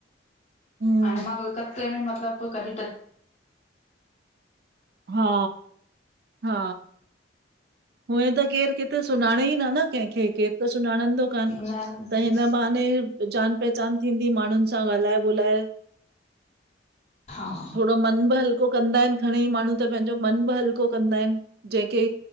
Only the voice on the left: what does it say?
हाणे मां कलकते में मतलब कॾि टच।
न
हा।